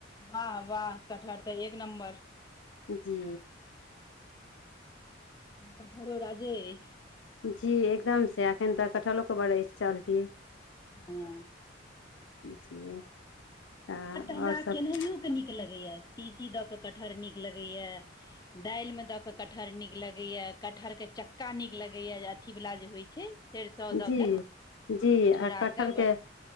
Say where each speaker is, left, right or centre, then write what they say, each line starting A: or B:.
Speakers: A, on the left; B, on the left.
A: वाह वाह कटहर तऽ एक नंबर
B: जी
A: कटहरो राजे अछि
B: जी एकदम से एखन तऽ कटहलो बड़ अइछ चलती
A: ह
B: जी तऽ आओर
A: कटहर त हमरा
B: सब
A: केनाहिय ओके नीक लगैए तीसी दऽ कऽ कटहर नीक लगैए दालि मे दऽ कटहर नीक लगैया कटहर के चक्का नीक लगैया अथी वला जे होइ छै सरिसो दऽ
B: जी
A: के
B: आ
A: झोरा
B: कटहर
A: बड
B: के